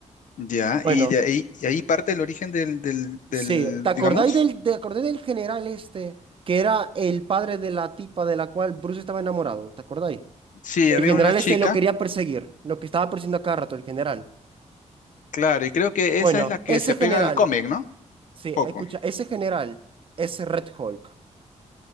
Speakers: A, on the left; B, on the right.
A: Ya,
B: Bueno,
A: y de ahí, y ahí parte el origen del, del,
B: Sí,
A: del,
B: ¿te acordáis
A: digamos.
B: del, te acordás del general este que era el padre de la tipa de la cual Bruce estaba enamorado? ¿Te acordáis?
A: Sí,
B: El
A: había
B: general
A: una chica,
B: este lo quería perseguir, lo que estaba persiguiendo a cada rato, el general.
A: claro, y creo que
B: Bueno,
A: esa es la que
B: ese
A: se apega
B: general,
A: al cómic, ¿no?
B: sí,
A: Poco.
B: escucha, ese general es Red Hulk.